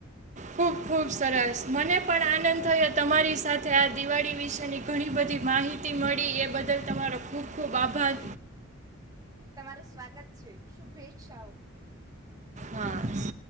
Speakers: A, on the right; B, on the right.
A: ખૂબ ખૂબ સરસ મને પણ આનંદ થયો તમારી સાથે આ દિવાળી વિશેની ઘણી બધી માહિતી મળી એ બદલ તમારો ખૂબ ખૂબ આભાર.
B: તમારું સ્વાગત છે, શુભેચ્છાઓ.
A: હા